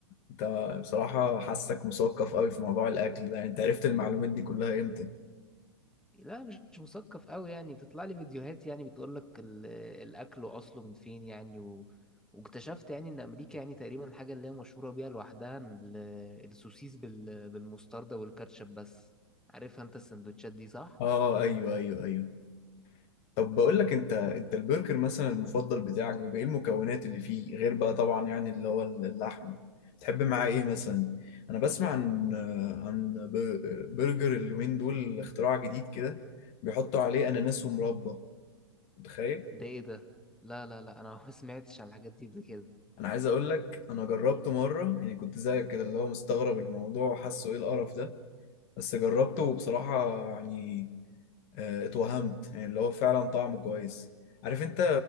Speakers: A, on the left; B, in the centre.
A: انت بصراحه حاسك مثقف قوي في موضوع الاكل ده انت عرفت المعلومات دي كلها امتى
B: لا مش مش مثقف قوي يعني بتطلع لي فيديوهات يعني بتقول لك ال- الاكل واصله من فين يعني و... واكتشفت يعني ان امريكا يعني تقريبا الحاجه اللي هي مشهوره بيها لوحدها ال- السوسيس بال... بالمستردة والكاتشب بس عارفها انت السندوتشات دي صح
A: اه ايوه ايوه ايوه طب بقول لك انت انت البرجر مثلا المفضل بتاعك بيبقى ايه المكونات اللي فيه غير بقى طبعا يعني اللي هو اللحمه تحب معاه ايه مثلا انا بسمع عن عن بر- برجر اليومين دول اختراع جديد كده بيحطوا عليه اناناس ومربى متخيل
B: ده ايه ده لا لا لا انا <laughs> ما سمعتش عن الحاجات دي قبل كده
A: انا عايز اقول لك انا جربته مره يعني كنت زيك كده اللي هو مستغرب الموضوع وحاسه ايه القرف ده بس جربته وبصراحه يعني اه، اتوهمت يعني اللي هو فعلا طعمه كويس عارف انت